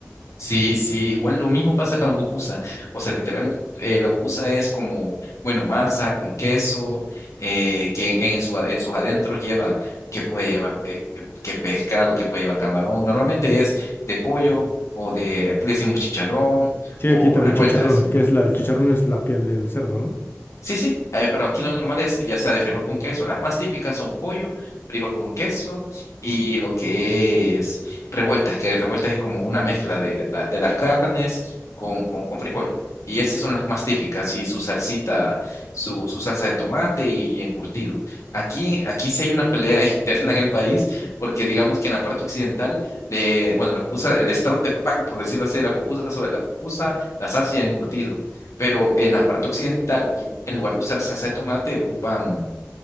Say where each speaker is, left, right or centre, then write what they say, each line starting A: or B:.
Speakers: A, on the left; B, on the left.
A: Sí, sí, igual lo mismo pasa con la pupusa. O sea, literalmente la pupusa es como, bueno, masa con queso, eh, que en, su, en sus adentros lleva, que puede llevar, eh, que pescado, que puede llevar camarón. Normalmente es de pollo o de, aquí le decimos chicharrón
B: Sí,
A: o
B: aquí también
A: revueltas.
B: chicharrón, que es la, el chicharrón es la piel del cerdo, ¿no?
A: Sí, sí, eh, pero aquí lo normal es ya sea de frijol con queso. Las más típicas son pollo, frijol con queso y lo que
B: Sí.
A: es revueltas, que revueltas es como una mezcla de, la- de las carnes con, con, con frijol. Y
B: Ok,
A: estas son las más típicas, y su salsita, su, su salsa de tomate y, encurtido. Aquí, aquí sí hay una pelea <laughs> interna en el país, porque digamos que en la parte occidental, de, bueno, la pupusa, el starter pack, por decirlo así, de la pupusa sobre la pupusa, la salsa y el encurtido. Pero en la parte occidental en lugar de usar salsa de tomate, ocupan